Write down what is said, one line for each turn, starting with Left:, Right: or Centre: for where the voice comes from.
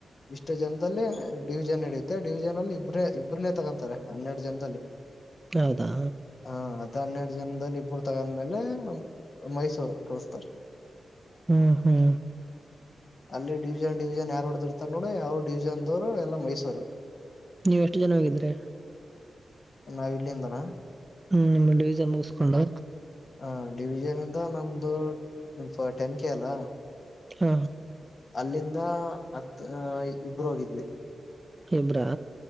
Left: ಇಷ್ಟು ಜನದಲ್ಲಿ ಡಿವಿಜನ್ ನಡಿಯುತ್ತೆ ಡಿವಿಜನ್ ಅಲ್ಲಿ ಇಬ್ರೇ ಇಬ್ಬ್ರನೆೇ ತಗೊಂತಾರೆ ಹನ್ನೆರಡು ಜನದಲ್ಲಿ.
Right: ಹೌದಾ.
Left: ಹ ಅದ್ ಹನ್ನೆರಡು ಜನದಲ್ಲಿ ಇಬ್ಬರು ತಗಂದ್ಮೇಲೆ ಮೈಸೂರು ಕಳಸ್ತಾರ.
Right: ಹ್ಮ್ ಹ್ಮ್
Left: ಅಲ್ಲಿ ಡಿವಿಜನ್ ಡಿವಿಜನ್ ಯಾರಡ್ ಅದ್ರ ತ ನೋಡ ಯಾವ ಡಿವಿಜನ್ ದವರು ಎಲ್ಲ ಮೈಸೂರು.
Right: ನೀ್ ಎಷ್ಟು ಜನ ಹೊಗಿದ್ರೆ.
Left: ನಾವ ಇಲ್ಲಿಂದನಾ.
Right: ಹ್ಮ್ ಡಿವಿಷನ್ ಮುೂಸ್ಕೊಂಡು.
Left: ಹ ಡಿವಿಜನ್ ಇಂದ ನಮ್ದು ಟೆನ್ ಕೆ ಅಲ್ಲ.
Right: ಹಾ.
Left: ಅಲ್ಲಿಂದ ಹತ್ ಇಬರು ಹೋಗಿದ್ವಿ.
Right: ಇಬ್ರಾ.